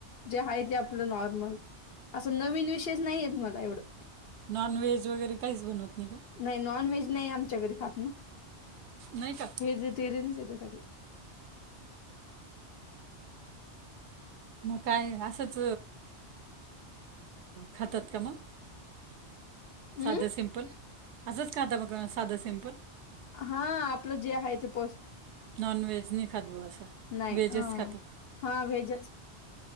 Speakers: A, on the left; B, on the right.
A: जे आहे ते आपलं नॉर्मल असं नवीन विशेष नाहीयेत मला एवढं.
B: नॉन व्हेज वगैरे काहीच बनवत नाही का?
A: नही नॉन व्हेज नही आमच्याघरी खात ना.
B: नही का.
A: व्हेजेटेरियन्स हे ते सगळ.
B: मग काय असंच. खातात का म
A: अम
B: साधं सिंपल. असंच खाता मग साधं सिम्पल.
A: हा आपलं जे आहे ते पोस्ट.
B: नॉन वेज नही खात बॉ असं.
A: नाही
B: व्हेजच
A: अ
B: खातात.
A: हा व्हेजच.